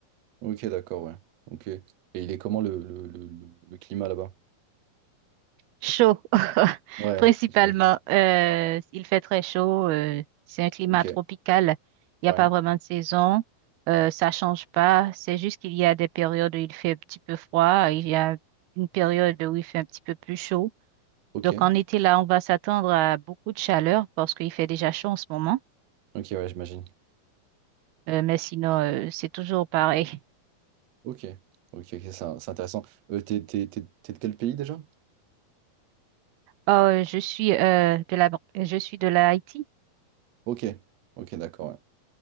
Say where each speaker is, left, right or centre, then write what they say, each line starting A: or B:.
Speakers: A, on the right; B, on the right.
A: ok, d'accord, ouais. Ok. Et il est comment le, le, le, le le climat là-bas?
B: Chaud, <laughs>
A: Ouais,
B: principalement.
A: j'imagine.
B: Euh, il fait très chaud. euh, c'est un climat
A: Ok,
B: tropical. Il
A: ouais,
B: n'y a pas vraiment de saison. Euh, ça change pas. C'est juste qu'il y a des périodes où il fait un petit peu froid. Il y a une période où il fait un petit peu plus chaud.
A: ok,
B: Donc en été, là, on va s'attendre à beaucoup de chaleur parce qu'il fait déjà chaud en ce moment.
A: ok, ouais, j'imagine.
B: Euh, mais sinon, euh, c'est toujours pareil. <laughs>
A: Ok, ok, ok, c'est c'est intéressant. Euh, t'es, t'es- t'es- t'es de quel pays déjà?
B: Oh, euh, je suis euh, de la, je suis de la Haïti.
A: Ok, ok, d'accord, ouais.